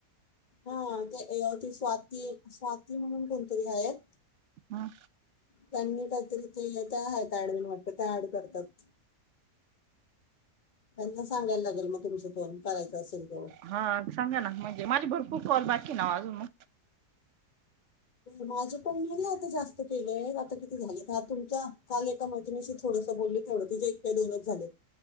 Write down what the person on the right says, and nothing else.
हा
हा सांगा ना म्हणजे माझे भरपूर कॉल बाकी नाओ अजून म